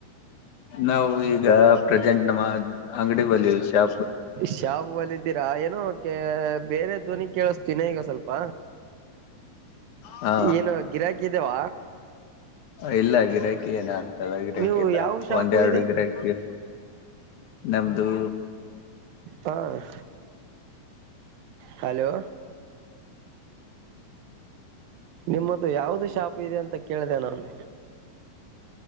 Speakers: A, on the left (about 65°); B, on the right (about 80°).
A: ನಾವು ಈಗ ಪ್ರೆಸೆಂಟ್ ನಮ್ಮ ಅಂಗಡಿ ಬಲಿ ವಿಷ-
B: ಶಾವ ಅಲ್ಲ ಇದಿದ್ದೀರಾ ಏನೋ ಬೇರೆ ಧ್ವನಿ ಕೇಳಸ್ತ ಚಿನ ಈಗ ಸ್ವಲ್ಪ
A: ಹಾ
B: ಏನು ಗಿರಾಕಿ ಇದಾವ
A: ಇಲ್ಲ ಗಿರಾಕಿ ಏನ ಅಂತದ ಗಿರಾಕಿ
B: ನೀವು
A: ಇಲ್ಲ
B: ಯಾವ ಶಾಪು
A: ಒಂದೆರಡು
B: ಇದೆ
A: ಗಿರಾಕಿ. ನಮ್ದು
B: ಹಾ- ಹಲೋ ನಿಮ್ಮ್ದ ಯಾವ್ದು ಶಾಪ್ ಇದೆ ಅಂತ ಕೇಳಿದೆ ನಾನು.